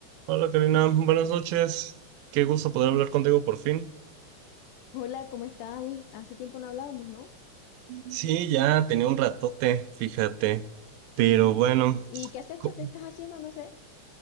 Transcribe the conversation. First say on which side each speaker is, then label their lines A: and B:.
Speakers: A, on the right; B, on the left.
A: Hola Karina, buenas noches. Qué gusto poder hablar contigo por fin.
B: Hola, ¿cómo estás? Uy, hace tiempo no hablábamos, ¿no?
A: Sí, ya tenía un ratote, fíjate. Pero bueno.
B: ¿Y qué has hecho?
A: co-
B: ¿Qué estás haciendo? No sé.